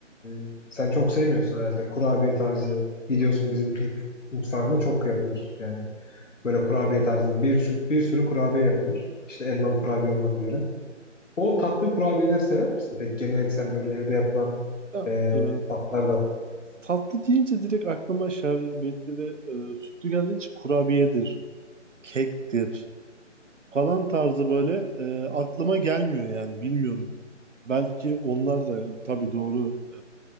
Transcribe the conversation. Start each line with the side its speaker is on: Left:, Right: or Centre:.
Left: e, sen çok sevmiyorsun herhalde. Kurabiye tarzı. Biliyorsun bizim Türk mutfağında çok yapılır. Yani Böyle kurabiye tarzı bir, sü- bir sürü kurabiye yapılır. İşte elmalı kurabiye olmak üzere. O tatlı kurabiyeleri sever misin? Peki geleneksel böyle evde yapılan
Right: Ya,
Left: e,
Right: e,
Left: tatlılardan.
Right: tatlı deyince direkt aklıma şerbetli ve e, sütlü geldiği için kurabiyedir, kektir. falan tarzı böyle e, aklıma gelmiyor yani bilmiyorum. Belki onlar da tabii doğru e,